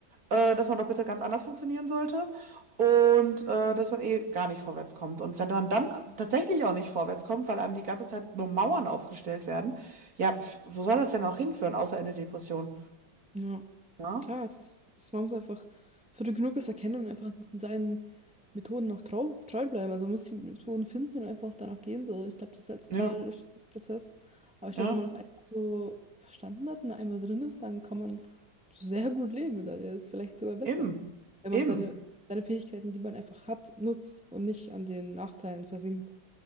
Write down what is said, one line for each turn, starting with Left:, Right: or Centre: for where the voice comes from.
Right: äh, dass man doch bitte ganz anders funktionieren sollte und äh, dass man eh gar nicht vorwärts kommt. Und wenn man dann tatsächlich auch nicht vorwärts kommt, weil einem die ganze Zeit nur Mauern aufgestellt werden, ja, pf, wo soll das denn auch hinführen, außer in eine Depression?
Centre: Ja.
Right: Na?
Centre: Klar, es ist, es, man muss einfach früh genug es erkennen und einfach seinen Methoden auch trau, treu bleiben. Also man muss die Methoden finden und einfach danach gehen. So, ich glaube, das ist halt total
Right: Ja,
Centre: ein Prozess. Aber ich
Right: ja,
Centre: glaube, wenn man das einmal so verstanden hat und einmal drin ist, dann kann man sehr gut leben mit der Idee. Das ist vielleicht sogar besser,
Right: eben,
Centre: wenn
Right: eben.
Centre: man seine, seine Fähigkeiten, die man einfach hat, nutzt und nicht an den Nachteilen versinkt.